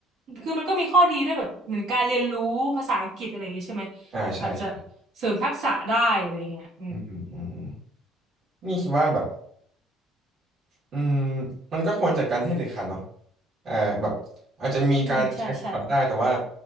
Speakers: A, on the right; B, on the right.
A: คือมันก็มีข้อดีด้วยแบบเหมือนการเรียนรู้ภาษาอังกฤษอะไรอย่างเงี้ยใช่ไหม
B: อ่าใช่ใช่
A: อาจจะเสริมทักษะได้อะไรเงี้ยอืม
B: อืมอืมอืมอืมนี่คิดว่าแบบอืมมันก็ควรจัดการให้เด็ดขาดเนาะเอ่อแบบอาจจะมีการใช้โทรศัพท์ได้แต่ว่า
A: อืมใช่ใช่